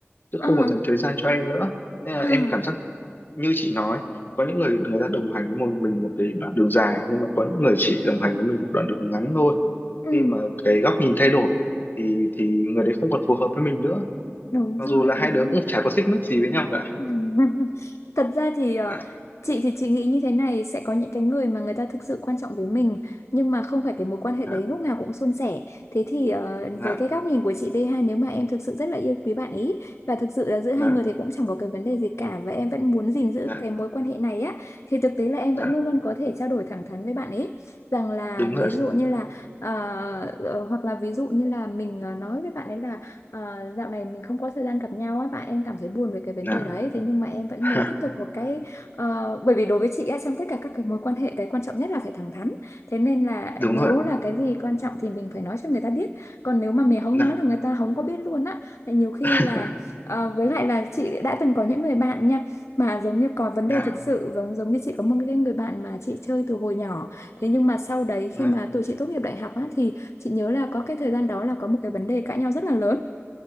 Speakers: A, on the left; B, on the left.
A: chứ
B: à
A: không còn dành thời gian cho em nữa nên là
B: à
A: em cảm giác như chị nói có những người người ta đồng hành với một mình một cái đoạn đường dài nhưng mà có những người chỉ đồng hành với mình một đoạn đường ngắn thôi
B: ừ
A: khi mà cái góc nhìn thay đổi thì thì người đấy không còn phù hợp với mình nữa
B: đúng
A: mặc
B: rồi
A: dù là
B: đúng
A: hai đứa
B: rồi
A: cũng chả có xích mích gì với nhau cả
B: <laughs> Thật ra thì ờ,
A: dạ
B: chị thì chị nghĩ như thế này sẽ có những cái người mà người ta thực sự quan trọng với mình nhưng mà không phải cái mối quan hệ
A: dạ
B: đấy lúc nào cũng suôn sẻ. Thế thì ờ,
A: dạ
B: với cái góc nhìn của chị đây ha nếu mà em thực sự rất là yêu quý bạn ý và thực sự là giữa
A: dạ.
B: hai người thì cũng chẳng có cái vấn đề gì cả và em vẫn muốn gìn giữ
A: dạ
B: cái mối quan hệ này á thì thực tế là em
A: dạ
B: vẫn luôn luôn có thể trao đổi thẳng thắn với bạn ấy rằng là
A: đúng
B: ví
A: rồi ạ.
B: dụ như là ờ, ờ, hoặc là ví dụ như là mình ờ, nói với bạn ấy là Ờ, dạo này mình không có thời gian gặp nhau á bạn em cảm thấy buồn về cái vấn
A: dạ
B: đề đấy thế nhưng mà em vẫn
A: <laughs>
B: muốn tiếp tục một cái ờ, bởi vì đối với chị á trong tất cả các cái mối quan hệ cái quan trọng nhất là phải thẳng thắn thế nên là
A: đúng
B: nếu
A: rồi ạ.
B: là cái gì quan trọng thì mình phải nói cho người ta biết còn nếu mà mình không
A: dạ
B: nói là người ta không có biết luôn á thì nhiều khi
A: <laughs>
B: là ờ, với lại là chị đã từng có những người bạn nha mà giống như có vấn đề
A: dạ
B: thực sự giống giống như chị có một cái người bạn mà chị chơi từ hồi nhỏ thế nhưng mà sau đấy khi
A: dạ
B: mà tụi chị tốt nghiệp đại học á thì chị nhớ là có cái thời gian đó là có một cái vấn đề cãi nhau rất là lớn